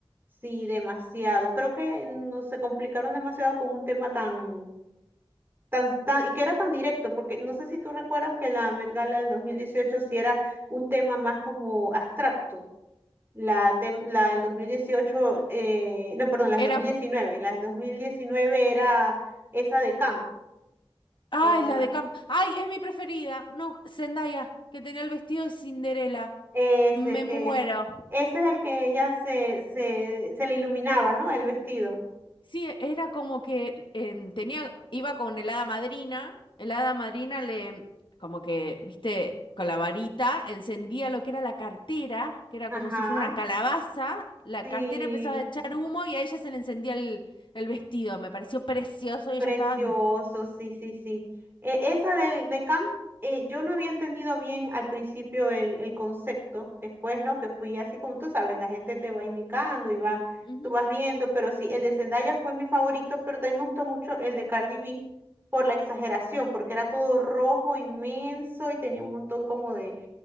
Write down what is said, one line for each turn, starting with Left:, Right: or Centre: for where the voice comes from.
Right: Sí, demasiado. Creo que no se complicaron demasiado con un tema tan, tan, tan, y que era tan directo, porque no sé si tú recuerdas que la Met Gala del 2018 sí era un tema más como abstracto. La, tem- la del 2018, eh, no, perdón, la del 2019.
Left: Era,
Right: La del 2019 era esa de Camp,
Left: ay,
Right: que era,
Left: la de Camp. Ay, es mi preferida. No, Zendaya, que tenía el vestido de Cinderela.
Right: es
Left: Me
Right: el que,
Left: muero.
Right: ese es el que ella se, se, se le iluminaba, ¿no? El vestido.
Left: Sí, era como que em, tenía, iba con el hada madrina, el hada madrina le, como que, viste, con la varita encendía lo que era la cartera, que era como
Right: Ajá.
Left: si fuera una calabaza, la
Right: Sí.
Left: cartera empezaba a echar humo y a ella se le encendía el, el vestido, me pareció precioso y
Right: Precioso,
Left: ella estaba en-
Right: sí, sí, sí. Eh, esa de, de camp, eh, yo no había entendido bien al principio el, el concepto, después, ¿no? Que fui así como tú sabes, la gente te va indicando y va,
Left: Ujú.
Right: tú vas viendo, pero sí, el de Zendaya fue mi favorito, pero también me gustó mucho el de Cardi B por la exageración, porque era todo rojo, inmenso y tenía un montón como de,